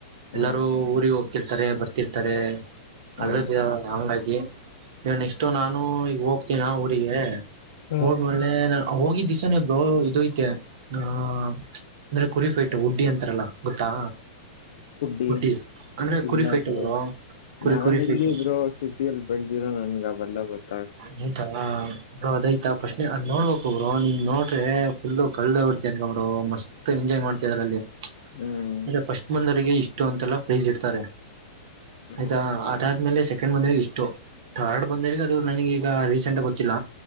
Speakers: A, on the right (about 45°); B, on the left (about 60°).
A: ಎಲ್ಲಾರೂ
B: ಹ್ಮ್
A: ಊರಿಗೆ ಹೋಗ್ ತಿರ್ತಾರೆ ಬರ್ತಿರ್ತಾರೆ. ಅದರದ್ಯ
B: ಹ್ಮ್
A: ಹಂಗಾಯ್ತ್. ಗೆ ನಾನ್ ನೆಕ್ಸ್ಟು ನಾನು ಈಗ ಹೋಗ್ತೀನಾ ಟ್ಟಿಗೆ
B: ಹ್ಮ್
A: ಹೋದ್ಮೇಲೆ ನಾನ್ ಹೋಗಿದ್ದ ದಿಸನೇ ಬ್ರೊ ಇದು ಐತೆ ಆ ಅಂದ್ರೆ ಕುರಿಫೈಟ್ ಉಡ್ಡಿ ಅಂತಾರಲ್ಲ ಗೊತ್ತಾ
B: ಹುಡ್ಡಿ
A: ಉಡ್ಡಿ ಅಂದ್ರೆ
B: ಇಲ್ಲ
A: ಕುರಿ ಫೈಟ್
B: ಬ್ರೊ
A: ಬ್ರೋ ಕುರಿ
B: ನಾನ್
A: ಕುರಿ ಫೈಟ್
B: ಎಲ್ಲಿಬ್ರೊ ಸಿಟಿಯಲ್ಲಿ ಬೆಳ್ದಿರೋ ನನ್ಗ್ ಅವೆಲ್ಲ ಗೊತ್ತ್
A: <unintelligible> ಅದೈತಾ ಫಸ್ಟು ಅದ್ ನೋಡ್ಬೇಕು ಬ್ರೊ ನಿನ್ ನೋಡ್ರೆ ಫುಲ್ ಕಳ್ದೆ ಹೋಗ್ಬಿಡ್ತಿಯ ಗುರು ಮಸ್ತ್ ಎಂಜಾಯ್ ಮಾಡ್ತಿದಾರ್ ಅದ್ರಲ್ಲಿ.
B: ಹ್ಮ್
A: ಅದೆ ಫಸ್ಟ್ ಬಂದೋರಿಗೆ ಇಷ್ಟ್ ಷ್ಟು ಅಂತೆಲ್ಲ ಫ್ರೈಜ್ ಇಡ್ತಾರೆ.
B: ಹ್ಮ್
A: ಆಯ್ತಾ ಅದಾದ್ಮೇಲೆ ಸೆಕೆಂಡ್ ಬಂದ್ರೆ ಇಷ್ಟು ಥರ್ಡ್ ಬಂದೋರಿಗೆ ದು ನನಗೀಗ ರೀಸೆಂಟಾಗ್ ಗೊತ್ತಿಲ್ಲ.